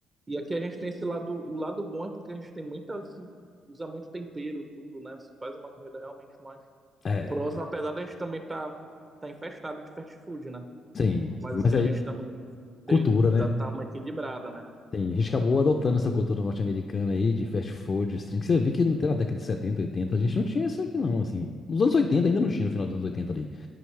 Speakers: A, on the right; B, on the left.
A: E aqui a gente tem esse lado, o lado bom é porque a gente tem muita, assim, usa muito tempero, tudo, né? Se faz uma comida realmente mais
B: É,
A: próxima, apesar da gente também tá, tá infestado de fast food, né?
B: sim.
A: Mas
B: Mas
A: assim,
B: aí,
A: a gente também tem,
B: cultura,
A: dá,
B: né?
A: tá uma equilibrada, né?
B: Tem, a gente acabou adotando essa cultura norte-americana aí de fast food, esse trem, que você vê que até na década de 70 80 a gente não tinha isso aqui não, assim. Nos anos 80 ainda não tinha, no final dos anos 80 ali.